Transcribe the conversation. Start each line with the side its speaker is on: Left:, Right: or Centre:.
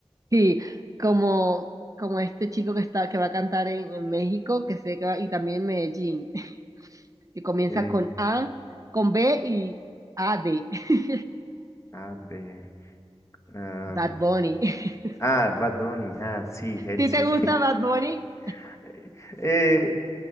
Right: sí, como, como este chico que está, que va a cantar en, en México, que sé que va- y también en Medellín, <laughs> que comienza
Left: Eh,
Right: con A, con B y A de <laughs>
Left: a ver, am,
Right: Bad Bunny. <laughs>
Left: ah, Bad Bunny, ah, sí, él
Right: Si
Left: sí.
Right: te gusta Bad Bunny?
Left: <laughs> Eh,